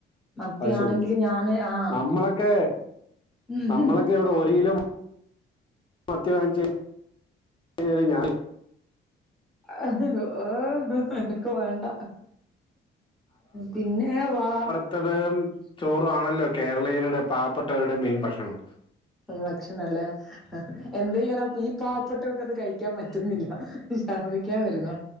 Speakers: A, in the centre; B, on the left.
A: മത്തിയാണെങ്കിൽ
B: അത് ശരി
A: ഞാന് ആ
B: നമ്മളൊക്കെ
A: <unintelligible>
B: നമ്മളൊക്കെ ഇവിടെ ഒരു കിലോ മത്തി വാങ്ങിച്ച <unintelligible>
A: അഹ് ഓഹ് എനക്ക് വേണ്ട പിന്നെ വാ
B: മറ്റത് ചോറു ആണല്ലോ കേരളീയരുടെ പാവപ്പെട്ടവരുടെ മെയിൻ ഭക്ഷണം.
A: ഭക്ഷണം അല്ലേ എന്തയ്യാന ഈ പാവപ്പട്ടൊൾക്ക് അത് കഴിക്കാൻ പറ്റുന്നില്ല ശർദ്ദിക്കാൻ വരുന്നോ?